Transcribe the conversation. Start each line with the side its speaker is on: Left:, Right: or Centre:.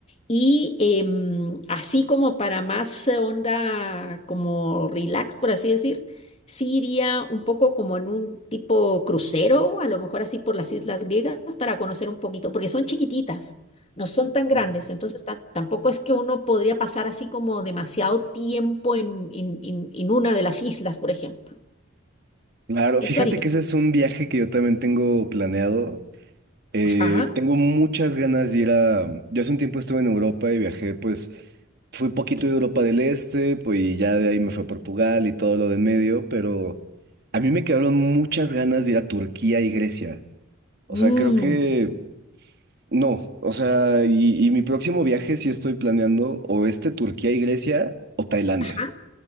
Left: Y em, así como para más eh, onda, como relax, por así decir, sí iría un poco como en un tipo crucero, a lo mejor así por las islas griegas, para conocer un poquito, porque son chiquititas, no son tan grandes,
Right: Mm.
Left: entonces ta- tampoco es que uno podría pasar así como demasiado tiempo en, en, en- en una de las islas, por ejemplo.
Right: Claro,
Left: Eso
Right: fíjate
Left: haría.
Right: que ese es un viaje que yo también tengo planeado. Eh,
Left: Ajá.
Right: tengo muchas ganas de ir a... Yo hace un tiempo estuve en Europa y viajé, pues fui poquito de Europa del Este, pues y ya de ahí me fue a Portugal y todo lo de en medio, pero a mí me quedaron muchas ganas de ir a Turquía y Grecia. O
Left: Mm,
Right: sea, creo que... No, o sea, y, y mi próximo viaje sí estoy planeando o este Turquía y Grecia o Tailandia.
Left: ajá.